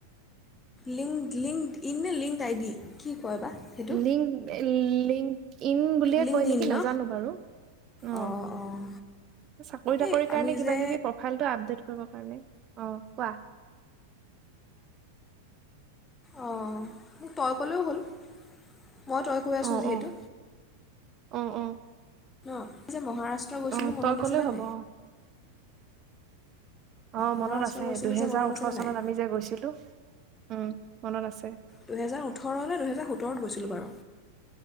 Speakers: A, on the left (about 20°); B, on the right (about 40°).
A: link LinkedIn linked I D কি কয় বা সেইটো
B: লিং লিং লিংক বোলিয়ে
A: লিংকড
B: কয় নেকি
A: ইন
B: নাজানো
A: ন
B: বাৰু উম
A: অঁ অঁ
B: চাকৰী তাকৰী
A: এই
B: কাৰণে
A: আমি
B: কিবা
A: যে
B: টিভি প্ৰফাইলটো আপডেট কৰিব পৰা নাই <unintelligible> অ কোৱা
A: অঁ তই ক'লেও হ'ল মই তই কৈ আছো
B: অ
A: যিহেতু
B: অ অ অ
A: ন ই যে মহাৰাষ্ট্ৰ
B: অ
A: গৈছিলোঁ মনত
B: তই ক'লে
A: আছেনে
B: হ'ব
A: ন
B: অ অ
A: মহাৰাষ্ট্ৰ
B: মনত আছে
A: গৈছিলোঁ
B: দুহেজাৰ
A: যে মনত
B: ওঠৰ
A: আছেনে
B: চনত
A: নাই
B: আমি যে গৈছিলো উম মনত আছে
A: দুহেজাৰ ওঠৰ ন দুহেজাৰ সোতৰত গৈছিলোঁ বাৰু